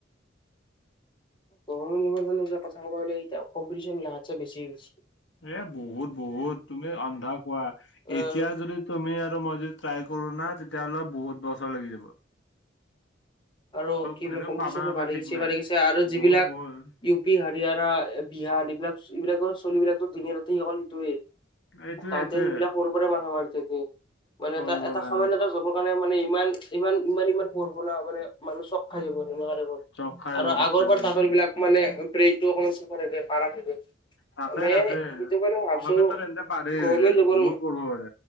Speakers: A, on the left (about 25°); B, on the left (about 70°).
A: গভাৰ্মেণ্ট জবৰ এতিয়া নিজৰ কথা ক'ব গ'লে এতিয়া কম্পিটিচন লাখতকে বেছি হৈ গৈছে।
B: এ, বহুত বহুত, তুমি অন্ধা কোৱা, এতিয়া
A: আৰু
B: যদি তুমি আৰু মই যদি ট্ৰাই কৰোঁ না তেতিয়াহ'লে বহুত বছৰ লাগি যাব।
A: আৰু কি
B: সেইটো
A: কম্পিটিচনটো
B: পাবা নাপা
A: বাঢ়ি
B: ঠিক
A: গৈছে
B: নাই
A: বাঢ়ি গৈছে আৰু যিবিলাক
B: বহুত বহুত
A: ইউ সেই হাৰিয়ানা বিহাৰ এইবিলাক এইবিলাকৰ চলিবিলাকো দিনে ৰাতিয়ে অকল সেইটোয়ে
B: এইটোয়ে
A: তাহাঁতে
B: এইটোয়ে
A: সেইবিলাক সৰু পৰাই মাথা মাৰি থাকে মানে
B: কৰিব
A: এটা এটা
B: লাগে
A: সামান্য এটা জব ৰ কাৰণে মানে ইমান ইমান ইমান ইমান পঢ়ব লগা হয় মানুহ চক খাই যাব এনেকোৱা টাইপৰ
B: চক খাই যাব
A: আৰু
B: চক
A: আগৰ
B: খাই
A: পৰা
B: যাব
A: তাঁহতৰ সেইবিলাক মানে ব্ৰেইনটো অকমান স্কৰ পৰে যে কাৰা থাকে
B: থাকে
A: মানে
B: থাকে
A: সেইটো কাৰণে মই
B: পঢ়া
A: ভাবচো
B: ক্ষেত্ৰত এন্তে পাৰে
A: গভৰ্ণমেণ্ট জব
B: বহুত
A: ন
B: পঢ়িব পাৰে